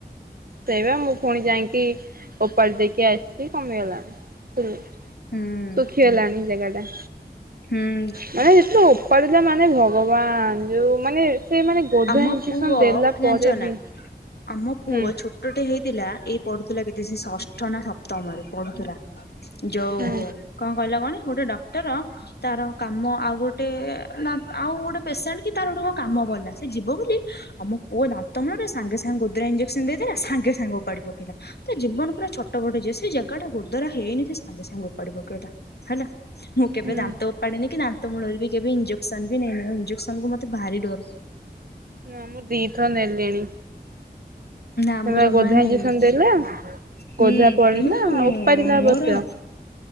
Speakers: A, on the right; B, on the left.
A: ସେଇବା ମୁଁ ପୁଣି ଯାଇକି ଓପାଡ଼ି ଦେଇକି ଆସିଛି କମିଗଲାଣି। ତୁ
B: ହୁଁ
A: ତୁଃଖି ହେଲାଣି ଜାଗା ଟା।
B: ହୁଁ
A: ମାନେ ଯେତେବେଳେ ଓପାଡ଼ିଦେଲା ମାନେ ଭଗବାନ। ଯୋଉ ମାନେ ସେ ମାନେ ଗୋଧୋରା
B: ଆମ
A: ଇଞ୍ଜେକ୍ସନ
B: ପୁଅ
A: ଦେଲା
B: ଜାଣିଛ
A: ପରେ
B: ନା
A: ବି।
B: ଆମ ପୁଅ
A: ହୁଁ
B: ଛୋଟଟେ ହେଇଥିଲା ଏଇ ପଢୁଥିଲା କେତେ ସେ ସ ଅଷ୍ଟ ନା ସପ୍ତମରେ ପଢ଼ୁଥିଲା ଯୋଉ
A: ହୁଁ
B: କଣ କହିଲା କାହନୀ ଗୋଟେ ଡ କ୍ଟର ତାର କାମ ଆଉ ଗୋଟେ ଆଉ ଗୋଟେ ପେସେଣ୍ଟ କି ତାର ଗୋଟେ କଣ କାମ ପଡ଼ିଲା ସେ ଯିବ ବୋଲି ଆମ ପୁଅ ଦାନ୍ତ ମୂଳଟା ସାଙ୍ଗେ ସାଙ୍ଗେ ଗୋଦ୍ରା ଇ୍ଜେକ୍ସନ ଦେଇଦେଲା ସାଙ୍ଗେ ସାଙ୍ଗ ଓପାଡ଼ି ପକେଇଲା ତା ଜୀବନ ପୁରା ଛଟ ପଟ ଯିଏ ସେ ଜାଗା ଟା ଗୋଦରା ହେଇନି ସେ ସାଙ୍ଗେ ସାଙ୍ଗେ ଓପାଡ଼ି ପକେଇଲା ହେଲା ମୁଁ
A: ହୁଁ
B: କେବେ ଦାନ୍ତ ଓପାଡିନି କି ଦାନ ମୂଳରେ ବି କେବେ ଇଞ୍ଜେକ୍ସନ ବି ନ ଇଞ୍ଜେକ୍ସନକୁ ମତେ ଭାରି ଡର।
A: ନାଁ ମୁଁ ଦି ଥର ନେଲିଣି।
B: ନା ମୁଁ
A: ହେଲା
B: ଜମା
A: ଗୋଧା
B: ନେଇନି।
A: ଇଞ୍ଜେକ୍ସନ ଦେଲା
B: ହୁଁ
A: ଗୋଧା ପଡିଲା
B: ମୁଁ
A: ଓପାରିଲା ଅବଶ୍ୟ
B: ମୋର